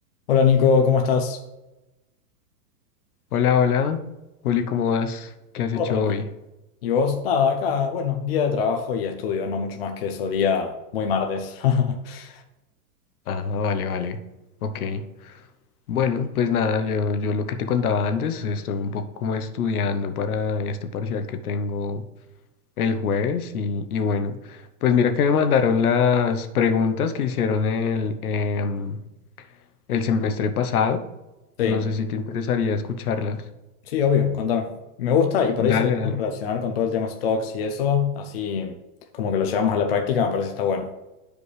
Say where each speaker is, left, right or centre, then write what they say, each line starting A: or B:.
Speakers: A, on the left; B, on the left.
A: Hola Nico, ¿cómo estás?
B: Hola, hola. Juli, ¿cómo vas? ¿Qué has
A: Todo
B: hecho
A: tranquilo.
B: hoy?
A: ¿Y vos? Nada, acá, bueno, día de trabajo y estudio, no mucho más que eso, día muy martes. <laughs>
B: Ah, vale, vale. Ok. Bueno, pues nada, yo, yo lo que te contaba antes, estoy un poco como estudiando para este parcial que tengo el jueves y, y bueno, pues mira que me mandaron las preguntas que hicieron el, em, el semestre pasado.
A: Sí,
B: No sé si te interesaría escucharlas.
A: sí, obvio, contame. Me gusta y por ahí
B: Dale,
A: si lo podemos
B: dale.
A: relacionar con todo el tema stocks y eso, así como que lo llevamos a la práctica, me parece que está bueno.